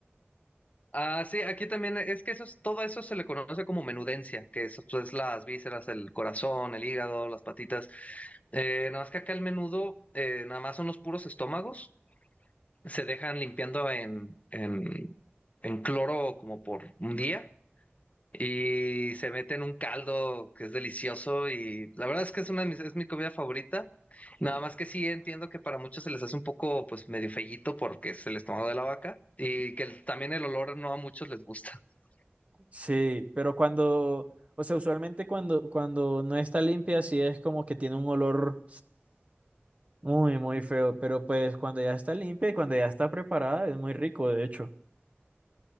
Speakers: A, on the left; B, on the right.
A: ah, sí, aquí también es que eso es- todo eso se le conoce como menudencia, que eso es pues, las vísceras, el corazón, el hígado, las patitas. Eh, nada más que acá el menudo, eh, nada más son los puros estómagos, se dejan limpiando en, en, en cloro como por un día y se mete en un caldo que es delicioso y la verdad es que es una de mis, es mi comida favorita. Nada más que sí entiendo que para muchos se les hace un poco pues medio fellito porque es el estómago de la vaca y que el- también el olor no a muchos les gusta. <laughs>
B: Sí, pero cuando, o sea, usualmente cuando, cuando no está limpia, sí es como que tiene un olor muy, muy feo, pero pues cuando ya está limpia y cuando ya está preparada, es muy rico, de hecho.